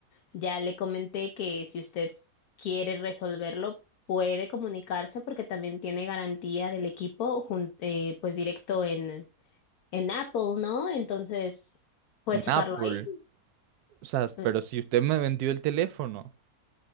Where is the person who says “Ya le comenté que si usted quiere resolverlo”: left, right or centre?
Left